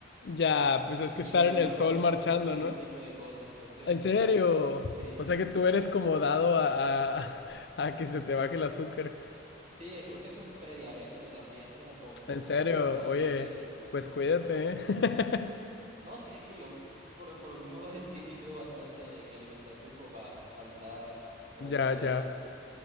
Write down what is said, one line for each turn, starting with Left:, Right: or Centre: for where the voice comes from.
Left: Ya, pues es que
Right: Y
Left: estar
Right: lo mismo
Left: en el
Right: me
Left: sol
Right: pasó
Left: marchando,
Right: en fútbol y
Left: ¿no?
Right: ese tipo de cosas. Entonces,
Left: En serio.
Right: ah, sí, sí.
Left: O sea que tú eres como dado a, a, <laughs> a que se te baje el azúcar.
Right: Sí, eh, creo que eso es prediabético también, es como por, por,
Left: En serio,
Right: por familia
Left: oye,
Right: y eso.
Left: pues cuídate, ¿eh? <laughs>
Right: No, sí, yo por, por el mismo <laughs> hago ejercicio y cuido bastante mi alimentación como para, para evitar, para
Left: Ya,
Right: evitar
Left: ya.
Right: eso.